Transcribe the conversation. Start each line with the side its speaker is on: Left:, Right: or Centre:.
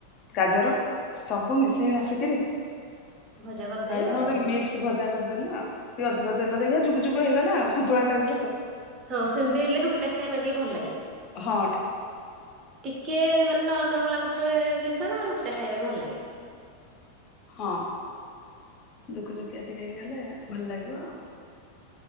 Left: ଗାଜର ସବୁ ମିଶେଇ ମାସିକିରି
Right: ଭଜା କରିଦେଲେ
Left: ବାଇଗଣ ଗୋଟେ
Right: ଆଉ
Left: ମିକ୍ସ୍ ଭଜା କରିଦେଲୁ ଆଉ ଟିକେ ଅଧିକା ତେଲ ଦେଇକି ଯୁକ୍ ଯୁକ୍ ଯୁକା ହେଇଗଲା ଆଉ ସନ୍ତୁଳା ଟାଇପ୍ ର ଆଉ।
Right: ହଁ ସେମିତି ହେଲେ ରୁଟି ଟା ଖାଇବା ପାଇଁ ଟିକେ ଭଲ ଲାଗେ।
Left: ହଁ ଠିକ୍
Right: ଟିକେ ମାନେ ନରମ ନରମ ଲାଗୁଥିଲେ ଜିନିଷ ଟା ରୁଟି ଟା ଖାଇବା ପାଇଁ ଭଲ ଲାଗେ।
Left: ହଁ ଯୁକୁ ଯୁକିଆ ଟିକେ ହେଇଗଲେ ଭଲ ଲାଗିବ ଆଉ।